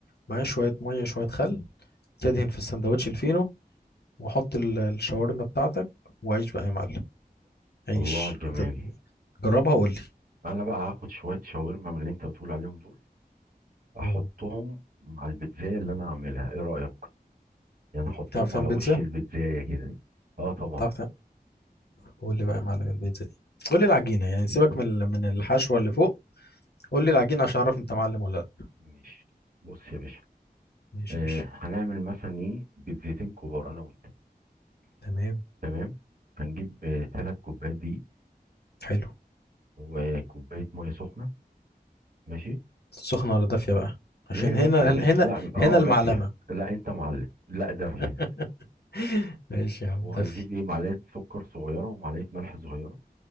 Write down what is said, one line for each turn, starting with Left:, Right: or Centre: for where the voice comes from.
Left: مع شوية مية شوية خل تدهن في السندوتش الفينو وحط ال- الشاورما بتاعتك وعيش بقى يا معلم عيش
Right: الله على الجمال
Left: هتت... جربها وقول لي
Right: انا بقى هاخد شويه شاورما من اللي انت بتقول عليهم دول احطهم
Left: مم.
Right: مع البيتزايه اللي انا هعملها ايه رايك يعني احطهم
Left: بتعرف تعمل
Right: على وش
Left: بيتزا
Right: البيتزايه كده اه طبعا
Left: بتعرف تعمل قول لي بقى يا معلم البيتزا دي قول لي العجينه يعني سيبك من ال- من الحشوه اللي فوق قول لي العجينه عشان اعرف انت معلم ولا لا
Right: ماشي بص يا باشا
Left: ماشي
Right: آه
Left: يا باشا
Right: هنعمل مثلا ايه بيتزتين كبار انا وانت
Left: تمام
Right: تمام هنجيب ثلاث كوبايات دي
Left: حلو
Right: وكوبايه ميه سخنه ماشي
Left: سخنه ولا دافيه بقى عشان
Right: ليه دافية
Left: هنا
Right: مش
Left: هنا
Right: لا اه
Left: هنا المعلمه
Right: دافية لا انت معلم لا دافية
Left: <laughs> ماشي يا عم
Right: وهنجيب
Left: دافي
Right: ايه معلقة سكر صغيرة ومعلقة ملح صغيرة